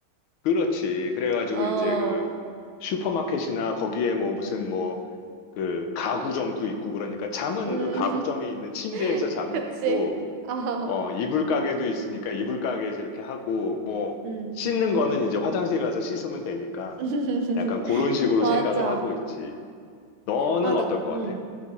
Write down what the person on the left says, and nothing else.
그렇지. 그래가지고
이제 그 슈퍼마켓이나 거기에 뭐 무슨 뭐 그 가구점도 있고 그러니까 잠은
그 가구점에 있는 침대에서
자면
되고
어, 이불 가게도 있으니까 이불 가게에서 이렇게 하고, 뭐,
씻는 거는 이제 화장실 가서 씻으면 되니까,
약간 그런 식으로
생각을 하고 있지. 너는
어떨
것
같아?